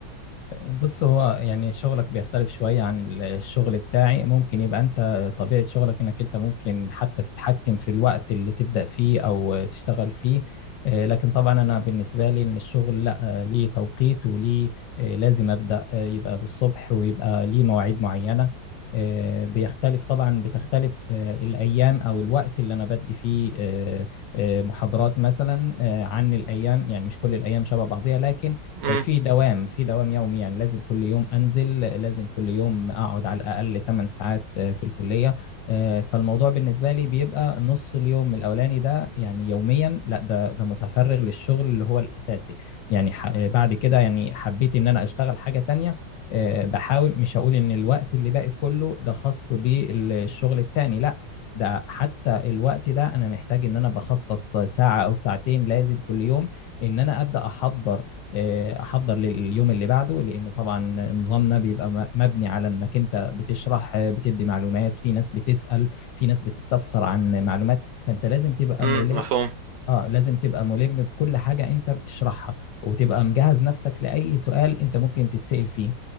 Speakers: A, on the left (about 75°); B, on the right (about 75°).
A: بص هو يعني شغلك بيختلف شوية عن الشغل بتاعي ممكن يبقى أنت طبيعة شغلك إنك أنت ممكن حتى تتحكم في الوقت اللي تبدأ فيه أو تشتغل فيه آه، لكن طبعا أنا بالنسبة لي إن الشغل لأ آه، ليه توقيت وليه آه، لازم أبدأ آه، يبقى بالصبح ويبقى ليه مواعيد معينة آه، بيختلف طبعا بتختلف آه، الأيام أو الوقت اللي أنا بدي فيه آه، آه، محاضرات مثلا آه، عن الأيام يعني مش كل الأيام شبه بعضيها لكن
B: امم
A: آه، في دوام في دوام يومي يعني لازم كل يوم انزل لازم كل يوم اقعد على الاقل 8 ساعات آه، في الكليه آه، فالموضوع بالنسبه لي بيبقى نص اليوم الاولاني ده يعني يوميا لا ده ده متفرغ للشغل اللي هو الاساسي يعني ح- آه، بعد كده يعني حبيت ان انا اشتغل حاجه تانية آه، بحاول مش هقول ان الوقت اللي باقي كله ده خاص بالشغل التاني لا ده حتى الوقت ده انا محتاج ان انا بخصص ساعة او ساعتين لازم كل يوم ان انا ابدا احضر آه، احضر لليوم اللي بعده لان طبعا نظامنا بيبقى م- مبني على انك انت بتشرح بتدي معلومات في ناس بتسأل في ناس بتستفسر عن معلومات فانت لازم تبقى
B: امم
A: ملم
B: مفهوم
A: اه لازم تبقى ملم بكل حاجة انت بتشرحها وتبقى مجهز نفسك لأي سؤال انت ممكن تتسأل فيه